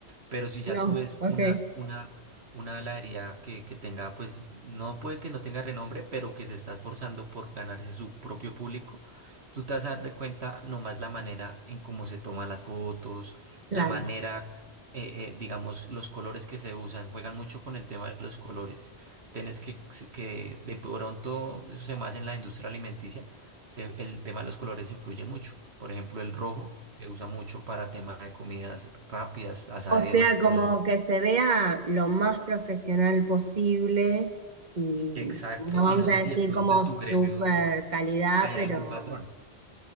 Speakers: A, on the right; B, on the right.
A: Pero si ya
B: No,
A: tú ves
B: ok.
A: una, una, una heladería que, que tenga, pues no puede que no tenga renombre, pero que se está esforzando por ganarse su propio público, tú te vas a dar de cuenta nomás la manera en cómo se toman las fotos,
B: Claro.
A: la manera, eh, eh, digamos, los colores que se usan, juegan mucho con el tema de los colores. Tienes que, que de pronto, eso se más en la industria alimenticia se- el tema de los colores influye mucho. Por ejemplo, el rojo se usa mucho para tema de comidas rápidas, asaderos,
B: O sea,
A: pollo.
B: como que se vea lo más profesional posible y
A: Exacto.
B: no vamos
A: Y no sé
B: a decir
A: si de pronto
B: como
A: en tu
B: super
A: gremio
B: calidad,
A: hay
B: pero
A: algún patrón.